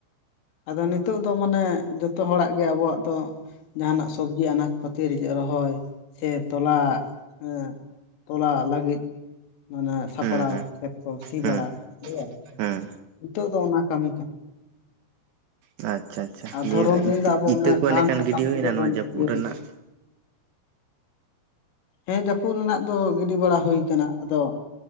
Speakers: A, on the left (about 70°); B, on the right (about 70°).
A: ᱟᱫᱚ ᱱᱤᱛᱚᱜ ᱫᱚ ᱢᱟᱱᱮ ᱡᱚᱛᱚ ᱦᱚᱲᱟᱜ ᱜᱮ ᱟᱵᱚᱣᱟᱜ ᱫᱚ ᱼᱼ ᱡᱟᱦᱟᱸᱱᱟᱜ ᱥᱚᱵᱽᱡᱤ ᱟᱱᱟᱡᱽ ᱯᱟᱹᱛᱤ ᱨᱮᱭᱟᱜ ᱨᱚᱦᱚᱭ ᱥᱮ ᱛᱚᱞᱟ᱾ ᱮᱼᱼ ᱛᱚᱞᱟ ᱞᱟᱹᱜᱤᱫ ᱼᱼ ᱢᱟᱱᱮ ᱥᱟᱯᱲᱟᱣ
B: ᱦᱩᱸ ᱦᱩᱸ
A: ᱠᱷᱮᱛ ᱠᱚ ᱥᱤ
B: ᱦᱩᱸ
A: ᱵᱟᱲᱟ ᱮᱭ <unintelligible>
B: ᱦᱩᱸ
A: ᱱᱤᱛᱚᱜ ᱫᱚ ᱚᱱᱟ ᱼᱼ ᱠᱟᱹᱢᱤ ᱠᱟᱱᱟ
B: ᱟᱪᱪᱷᱟ ᱟᱪᱪᱷᱟ
A: ᱟᱨ
B: ᱱᱤᱭᱟᱹ
A: ᱫᱷᱚᱨᱚᱢ ᱫᱤᱱ ᱫᱚ ᱟᱵᱚ
B: ᱤᱛᱟᱹ
A: ᱚᱱᱟ
B: ᱠᱚ
A: ᱥᱟᱦᱟᱱ
B: ᱮᱸᱰᱮᱠᱷᱟᱱ
A: ᱥᱟᱠᱟᱢ
B: ᱜᱤᱰᱤ ᱦᱩᱭᱱᱟ
A: ᱛᱮᱜᱮ
B: ᱱᱚᱣᱟ
A: ᱵᱚᱱ
B: ᱡᱟᱹᱯᱩᱫ
A: ᱤᱭᱟᱹᱣ
B: ᱨᱮᱱᱟᱜ
A: ᱠᱟᱱᱟ। ᱦᱮᱸ ᱡᱟᱹᱯᱩᱫ ᱨᱮᱱᱟᱜ ᱫᱚ ᱜᱤᱰᱤ ᱵᱟᱲᱟ ᱦᱩᱭ ᱼᱼ ᱠᱟᱱᱟ ᱟᱫᱚ